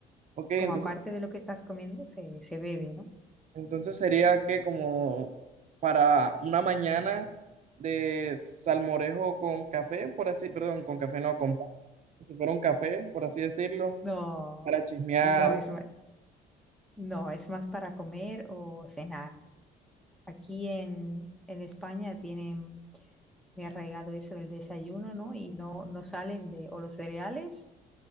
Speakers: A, on the right; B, in the centre.
A: Ok,
B: Es
A: entonces,
B: como aparte de lo que estás comiendo, se, se bebe, ¿no?
A: entonces sería que como para una mañana de salmorejo con café, por así, perdón, con café no, con pan, como si fuera un café, por así decirlo,
B: No,
A: para chismear,
B: no es, ma- no, es más para comer o cenar. Aquí en, en España tienen muy arraigado eso del desayuno, ¿no? Y no, no salen de o los cereales